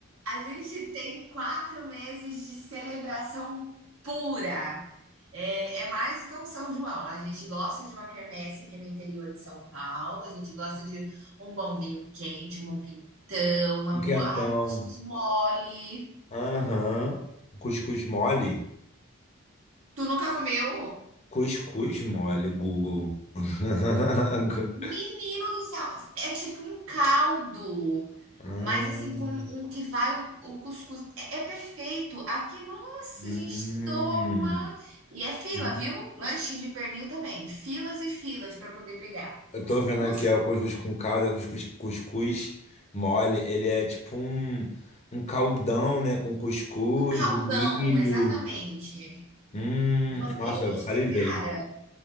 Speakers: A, on the right (about 75°); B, on the left (about 30°).
A: A gente tem quatro meses de celebração pura. É, é mais que um São João. A gente gosta de uma quermesse aqui no interior de São Paulo. A gente gosta de um bom vinho quente, um bom quentão, uma
B: Um
A: boa.
B: Quentão.
A: Ah, um cuscuz mole.
B: Aham. Cuscuz mole?
A: Tu nunca comeu?
B: Cuscuz mole, Google. <laughs>
A: Menino do céu, é tipo um caldo,
B: Ah,
A: mas assim, com o que vai o, o cuscuz. É, é perfeito. Aqui, nossa,
B: Hum.
A: a gente toma. E é fila,
B: Hum.
A: viu? Lanche de pernil também. Filas e filas para poder pegar.
B: Eu
A: Cuscuz,
B: tô vendo aqui ó, o cuscuz com calda, cuscuz, cuscuz mole. Ele é tipo um, um caldão, né? Com cuscuz,
A: um caldão,
B: milho.
A: exatamente.
B: Hum,
A: Uma
B: nossa,
A: delícia,
B: eu salivei.
A: cara.